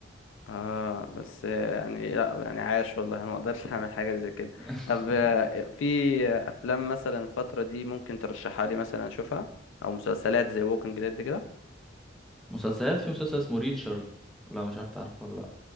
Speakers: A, on the left; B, in the centre.
A: اه بس آه، يعني لا يعني عاش والله انا ما اقدرش <laughs> اعمل حاجه زي كده
B: <laughs>
A: طب آه، في آه، افلام مثلا الفتره دي ممكن ترشحها لي مثلا اشوفها او مسلسلات زي ووكينج ديد كده
B: مسلسلات في مسلسل اسمه ريتشر لا مش عارف تعرفه ولا لا